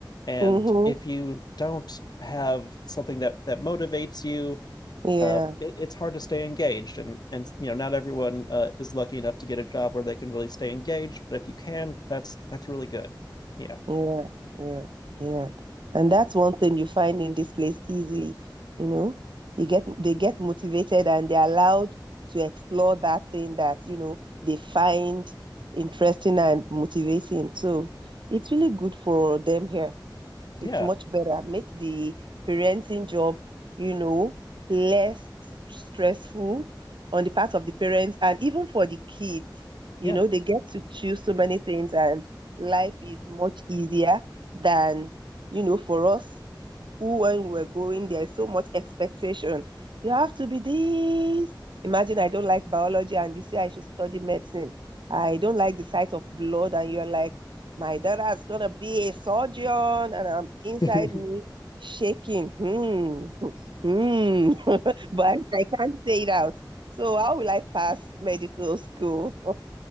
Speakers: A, on the left; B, on the right.
A: and
B: Mm-hmm.
A: if you don't have something that that motivates you,
B: Yeah,
A: um, it, it's hard to stay engaged. And and you know, not everyone uh, is lucky enough to get a job where they can really stay engaged, but if you can, that's that's really good. Yeah,
B: yeah, yeah, yeah. And that's one thing you find in this place easily, you know. You get they get motivated and they're allowed to explore that thing that, you know, they find interesting and motivating. So it's really good for them here.
A: yeah,
B: It's much better. Makes the parenting job, you know, less s- stressful on the part of the parents and even for the kids. You
A: yeah,
B: know, they get to choose so many things and life is much easier than, you know, for us who when we're going, there's so much expectation. You have to be this. Imagine I don't like biology and you say I should study medicine. I don't like the sight of blood, and you're like, my daughter's gonna be a surgeon, and I'm inside
A: <laughs>
B: me shaking. Hmm, <laughs> hmm, but I can't say it out. So how will I pass medical school?